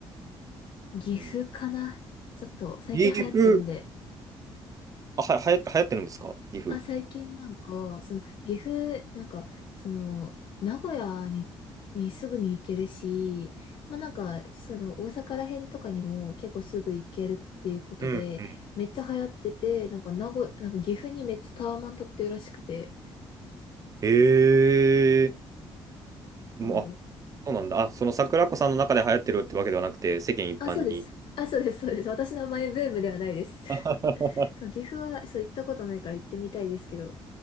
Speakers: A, on the left; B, on the right.
A: 岐阜かなちょっと最近流行ってるんで、
B: うん。岐阜、あ、は、はや、流行ってるんですか岐阜。
A: あ、最近なんか、その、岐阜、なんか、その、名古屋に、にすぐに行けるし、まあ、なんか、その、大阪ら辺とかにも結構すぐ行けるっていうことで、
B: うんうん。
A: めっちゃ流行ってて、なんか、名古屋、なんか岐阜にめっちゃタワマン建ってるらしくて。
B: へえ。もう、
A: そう
B: あ、そうなんだ。あ、その桜子さんの中で流行ってるってわけではなくて、世間一般に。
A: あ、そうです。あ、そうです、そうです。私のマイブームではないです。<laughs>
B: <laughs>
A: そう、岐阜は、そう、行ったことないから行ってみたいですけど。